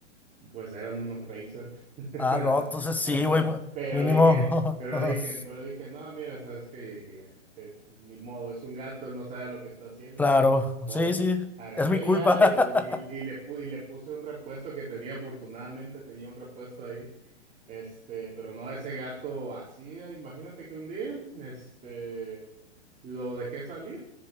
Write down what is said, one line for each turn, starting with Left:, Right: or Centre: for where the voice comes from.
Right: Pues eran unos Razer. <laughs>
Centre: Ah,
Right: Hasta,
Centre: no, entonces sí,
Right: hasta,
Centre: güey, pues,
Right: pero
Centre: mínimo.
Right: dije, pero
Centre: <laughs>
Right: dije, pero dije, no, mira, sabes qué, dije, ya, eh, ni modo, es un gato, él no sabe lo que está haciendo.
Centre: Claro,
Right: Y dije, modo.
Centre: sí, sí,
Right: Agarré
Centre: es mi culpa.
Right: ya y, y- y
Centre: <laughs>
Right: le pu- y le puse un repuesto que tenía, afortunadamente tenía un repuesto ahí. Este, pero no, ese gato así, eh, imagínate que un día, este, lo dejé salir